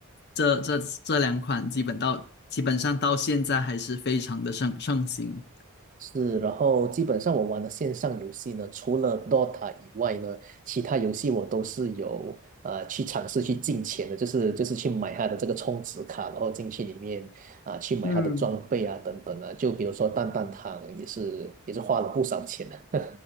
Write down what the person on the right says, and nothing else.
是，然后基本上我玩的线上游戏呢，除了 Dota 以外呢，其他游戏我都是有呃去尝试去进钱的，就是就是去买它的这个充值卡，然后进去里面啊、去买它的装备啊等等啊，
就比如说蛋蛋堂也是也是花了不少钱的。